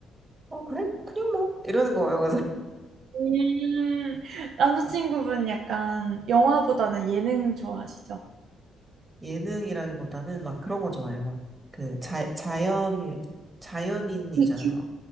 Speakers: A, on the right; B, on the right.
A: 어, 그래? 그냥 뭐, 이러는 거예요.
B: 음. 남자친구분 약간 영화보다는 예능 좋아하시죠?
A: 예능이라기보다는 막 그런 거 좋아해요. 막 그 자, 자연 자연인 있잖아요.
B: 그쵸.